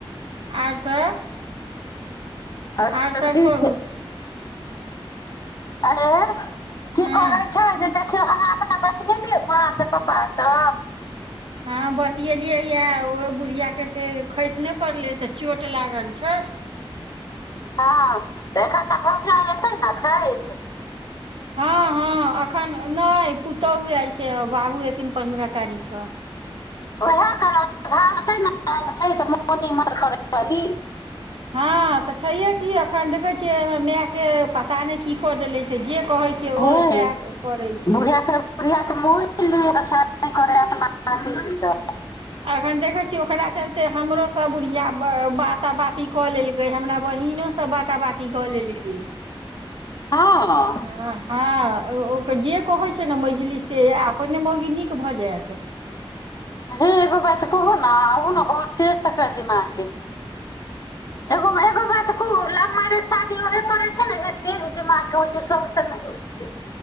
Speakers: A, on the right (about 65°); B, on the left (about 40°).
A: आओर सब
B: अच्छा
A: आर सब
B: ठीक
A: कहू
B: छै आँ की
A: हँ
B: करैथ छथि देखियौ अहाँ अपना बतियेलियै माँसँ पापा सँ
A: हँ बतएलियैए ओ बुढ़ियाके त खसि नहि पड़लै तऽ चोट लागल छै
B: हँ तऽ एखन तऽ कहवजा अयतै ने छथि
A: हँ हँ एखन नहि पुतोहु आयल छै बाबू एथिन पन्द्रह तारीख
B: ओएह ने छै तऽ म निमर करै वाली
A: हँ तऽ छैहे की एखन देखैत छियै हमरा मायके पता नहि की कऽ देनेे छै जे कहै छै
B: बुढ़
A: ओ सएह करै छै
B: बुढ़िया म आओर आएत
A: अखन देखै छीयै ओकरा चलते हमरोसभ बुढ़िया बात बाती कऽ लेलकै हमरा बहिनोसँ बात बात बाती कऽ लेल कैय
B: हँ
A: हुँ हँ ओ जे कहैत छै ने मझली से अपने मौगी नीक भऽ जायत
B: हे एगो बात कहू ने आ ने बहुत तेज तक दिमाग के छै एगो एगो बात कहू लव मैरज शादीहे करे छै ने तेज दिमाग होइ छै सबसँ नहि होइ छै